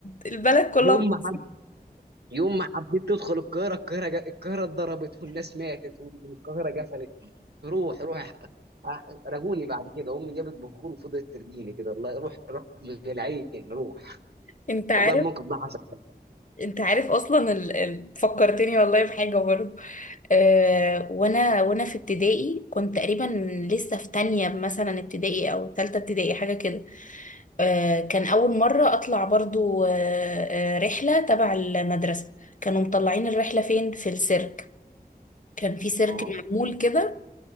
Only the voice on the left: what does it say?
البلد كلها
باظت.
انت عارف
انت عارف اصلا ال... ال... فكرتني والله بحاجه برضه آه وانا وانا في ابتدائي كنت تقريبا لسه في تانية مثلا ابتدائي او تالتة ابتدائي حاجه كده آه كان اول مره اطلع برضو آه آه رحله تبع المدرسه كانوا مطلعين الرحله فين في السيرك كان في سيرك
معمول كده